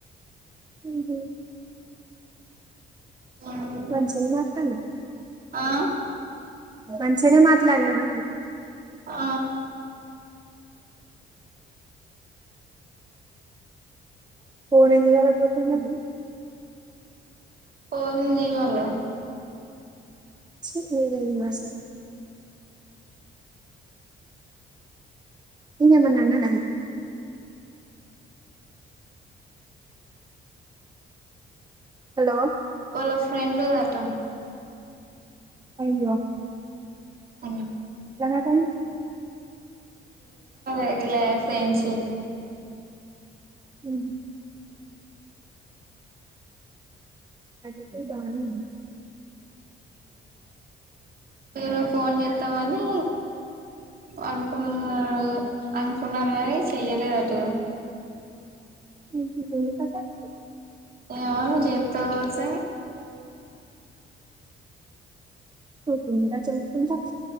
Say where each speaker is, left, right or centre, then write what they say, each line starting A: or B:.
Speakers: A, on the right; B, on the right.
A: ఊహు
B: ఉమ్
A: మంచిగానే నడుస్టాన్ది
B: ఆ
A: మంచిగానే మాట్లాడవా
B: ఆ
A: ఫోనీ ఇ
B: ఫోన్ ని వాళ
A: స మా సార్ ఇంమ అన్నడా హలో
B: వల ఫ్రెండ్ అంత
A: అయ్యో
B: అవును
A: కా
B: అదిలే సంచ
A: హ అది బాను
B: మేను ఫోన్ చేస్తామని అనుకున్నారు అనుకున్నారు కానీ చెయ్యలేదు అటు
A: ఎందుకు అంత
B: ఎవను చెత వచ్చ
A: త మీగా చెం <unintelligible>